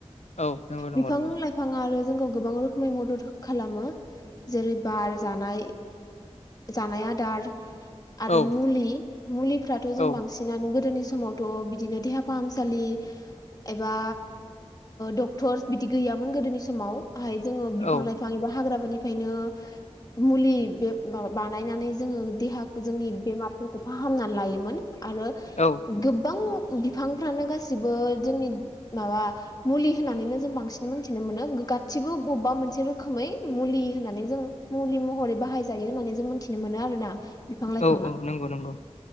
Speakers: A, on the left (about 80°); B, on the left (about 35°).
A: औ नंगौ नंगौ
B: बिफां-लाइफां
A: नंगौ
B: बिफाङा आरो जोंखौ गोबां रोखोमै मदद खालामो जेरै बार जानाय जानाय आदार आरो
A: औ
B: मुलि मुलिफ्राथ' जों
A: औ
B: बांसिन बांसिनानो गोदोनि समावथ' बिदिनो देहा फाहामसालि एबा डक्टरस बिदि गैयामोन गोदोनि समाव आहाय जोङो बिफां-लाइफां
A: औ
B: फां एबा हाग्राफोरनिफ्रायनो मुलि मा बानायनानै जोङो देहा जोंनि बेमारफोरखौ फाहामनानै लायोमोन आरो
A: औ
B: गोबां बिफांफ्रानो गासिबो जोंनि माबा। मुलि होननानै जों बांसिन मोनथिनो मोनो गादसिबो बबेबा मोनसे रोखोम रोखोमै मुलि होननानै जों मुलि महरै बाहायजायो होननानै जों मोन्थिनो मोनो आरोना। बिफां लाइफाङा
A: औ औ नंगौ नंगौ